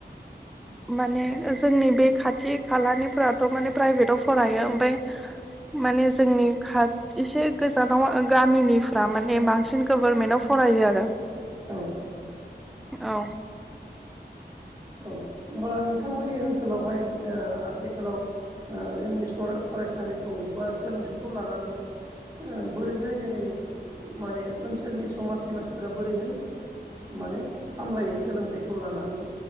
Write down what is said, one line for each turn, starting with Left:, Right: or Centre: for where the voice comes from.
Centre: माने जोंनि बे खाथि खालानिफोराथ' माने प्राइभेटाव फरायो ओमफ्राय। माने जोंनि खा एसे गोजानाव गामिनिफ्रा माने बांसिन गभारनमेन्टाव फरायो आरो
Right: औ।
Centre: औ।
Right: औ होमबब्ला नोंथांमोननि ओनसोलावहाय आथिखालाव। जोंनि फरायसालिखौ बा सोलोंथाइखौ लानानै बोरैहाय जेननि माने ओनसोलनि समाजनि मानसिफोरा बोरैहाय माने सामलायो सोलोंथाइखौ लानानै।